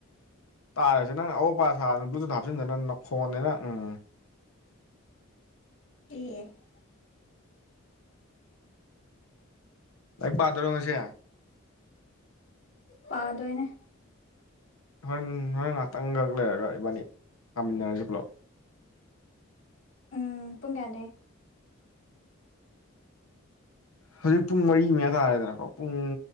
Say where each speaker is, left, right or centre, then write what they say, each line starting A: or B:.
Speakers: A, on the left; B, on the left.
A: ꯇꯥꯔꯦꯁꯦ ꯅꯪ ꯑꯑꯣꯛꯄꯥ ꯁꯥꯗꯅ ꯕ꯭ꯂꯨꯇꯨꯠ ꯍꯥꯞꯆꯤꯟꯗꯅ ꯅꯈꯣꯟꯅꯦꯅ ꯎꯝ
B: <unintelligible>
A: ꯂꯥꯏꯛ ꯄꯥꯗꯣꯏꯔꯣ ꯉꯁꯤ?
B: ꯄꯥꯗꯣꯏꯅꯦ꯫
A: ꯍꯣꯏꯟ ꯍꯣꯏꯟ ꯉꯥꯇꯟꯈꯛ ꯂꯩꯔꯒ ꯏꯕꯥꯅꯤ ꯄꯥꯃꯤꯟꯅꯔꯁꯦ ꯄꯨꯂꯞ
B: ꯎꯝ ꯄꯨꯡ ꯀꯌꯥꯗꯩꯩ
A: ꯍꯧꯖꯤꯛ ꯄꯨꯡ ꯃꯔꯤ ꯃꯌꯥ ꯇꯥꯔꯦꯗꯅꯀꯣ ꯄꯨꯡ